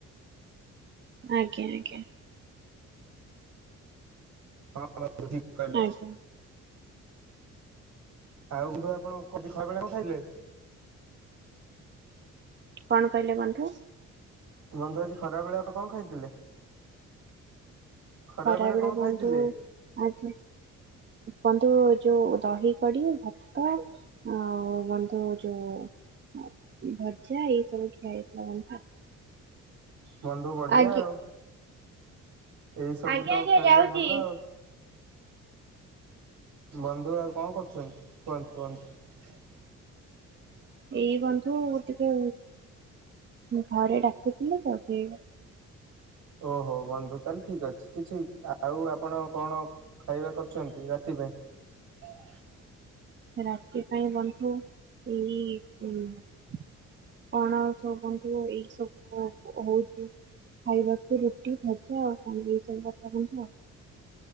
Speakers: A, on the right (about 40°); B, on the right (about 65°).
A: ଆଜ୍ଞା ଆଜ୍ଞା
B: ହଁ ଠିକ କହଲେ
A: ଆଜ୍ଞା
B: ଆଉ ବଧହ ଆପଣ କଠି ଖାଇ ବେଳେ କଣ ଖାଇଲେ
A: କଣ କହିଲେ ବନ୍ଧୁ
B: ବନ୍ଧୁ ଆଜି ଖରା ବେଆ କଣ ଖାଇଥିଲେ ଖରାବେଳେ
A: ଖରାବେେଳେ
B: କଣ
A: ବନ୍ଧୁ
B: ଖାଇଥିଲେ?
A: ଆଜି ବନ୍ଧୁ ଯୋଉ ଦହି କଡି ଭାତ ଆଉ ବନ୍ଧୁ ଯୋଉ ଭଜା ଏଇ ସବୁ ଖିଆ ଯାଇଥିଲା ବନ୍ଧୁ
B: ବନ୍ଧୁ ବଢିଆ
A: ଆଗି
B: ଆଉ ଏଇ ସବୁ
A: ଆଜ୍ଞା
B: ତ
A: ଆଜ୍ଞା
B: ଖାଇଲେ
A: ଯାଉଛି।
B: ଭଲ ଆଉ ବନ୍ଧୁ ଆଉ କଣ କରୁଛନ୍ତି କୁହନ୍ତୁ କୁହନ୍ତୁ
A: ଏଇ ବନ୍ଧୁ ଟିକେ ଘରେ ଡାକୁଥିଲେ ତ ସେ
B: ଓହୋ ବନ୍ଧୁ ତାହଲେ ଠିକ ଅଛି କିଛି ଆଉ ଆପଣ କଣ ଖାଇବା କରିୁଛନ୍ତି ରାତି ପାଇଁ
A: ରାତି ପାଇଁ ବନ୍ଧୁ ଏଇ ଉ କଣା ଆ ସବୁ ବନ୍ଧୁ ଏଇ ସବୁ ହଉଛି ଖାଇବାକୁ ରୁଟି ଭଜା ଆଉ କଣ ଏଇ ସବୁ କଥା ବଧୁ ଆଉ